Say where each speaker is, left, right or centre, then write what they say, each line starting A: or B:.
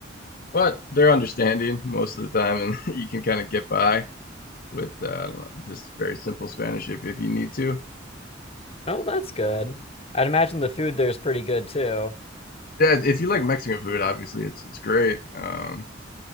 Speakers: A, on the left; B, on the left.
A: but they're understanding most of the time, and <laughs> you can kind of get by with uh, I don't know, just very simple Spanish if if you need to.
B: Oh, that's good. I'd imagine the food there is pretty good too.
A: Yeah, if you like Mexican food, obviously it's it's great. Um,